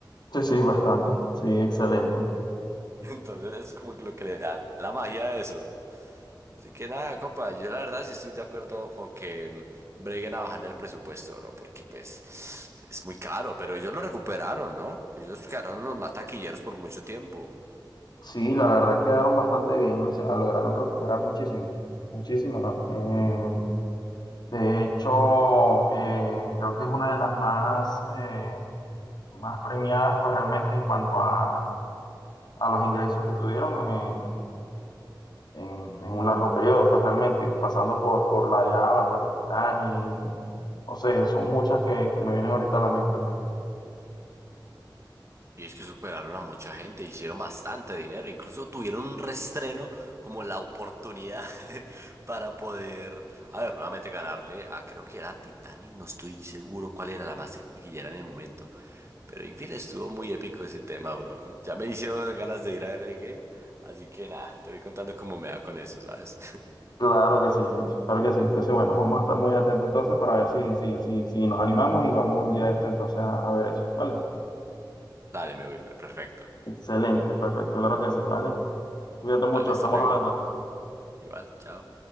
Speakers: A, on the left; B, on the right.
A: sí, sí, bastante, sí, excelente.
B: <laughs> Entonces es como que lo que le da la magia a eso. Así que nada, compa, yo la verdad sí estoy de acuerdo con que mm, breguen a bajarle el presupuesto, no porque pues es muy caro, pero ellos lo recuperaron, ¿no? Ellos quedaron los mataquilleros por mucho tiempo.
A: Sí, la verdad quedaron bastante bien, o sea, lograron recuperar muchísimo, muchísimo. Eh, de hecho, eh, creo que es una de las más, eh, más premiadas, pues realmente en cuanto a, a los ingresos que tuvieron en, en un largo periodo, pues realmente, pasando por, por la de Avatar, Titanic, no sé, son muchas que, que me vienen ahorita a la mente, pues.
B: Y es que superaron a mucha gente, hicieron bastante dinero, incluso tuvieron un restreno como la oportunidad <laughs> para poder, a ver, nuevamente ganarle a, creo que era Titanic, no estoy seguro cuál era la más taquillera en el momento. Pero en fin, estuvo muy épico ese tema, bro. Ya me hicieron ganas de ir a ver Endgame, así que nada, te voy contando cómo me va con eso, ¿sabes?
A: Claro que sí, Jason, claro que sí. Entonces, bueno, vamos a estar muy atentos entonces para ver si, si, si, si nos animamos y vamos un día de esto entonces a, a ver eso, ¿vale?
B: <laughs> Dale, mi Wilmer, perfecto.
A: Excelente, perfecto, claro que sí, ¿vale? Cuídate mucho,
B: Vale, hasta
A: estamos
B: luego.
A: hablando.
B: Igual, chao.